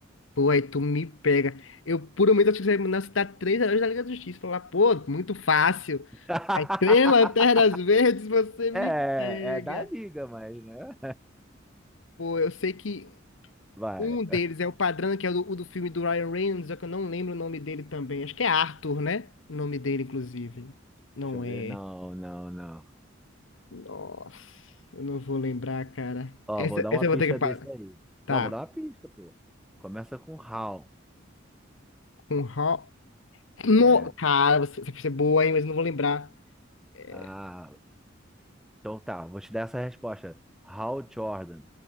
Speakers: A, on the left; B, in the centre.
A: Pô, aí tu me pega. Eu, por um momento, acho que você me citar três heróis da Liga da Justiça. Falar, pô, muito fácil.
B: <laughs>
A: Aí, três lanternas verdes, você me
B: É,
A: pega.
B: é da Liga, mas, né?
A: Pô, eu sei que
B: <laughs>
A: um
B: Vai.
A: deles é o Padrão, que é o do, o do filme do Ryan Reynolds, só que eu não lembro o nome dele também. Acho que é Arthur, né? O nome dele, inclusive. Não
B: Deixa eu
A: é.
B: ver. Não, não, não.
A: Nossa, eu não vou lembrar, cara.
B: Ó,
A: Essa,
B: vou dar
A: essa
B: uma
A: eu vou
B: pista
A: ter que. pa-
B: desse aí.
A: Tá.
B: Não, vou dar uma pista, pô. Começa com Hal.
A: Com Ro... No...
B: É,
A: Cara, você, essa pista é boa, hein, mas eu não vou lembrar. É,
B: ah, então tá, vou te dar essa resposta. Hal Jordan.